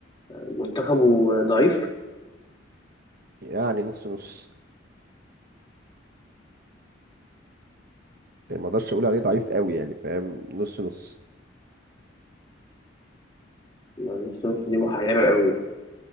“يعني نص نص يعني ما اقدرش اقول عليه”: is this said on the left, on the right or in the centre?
Right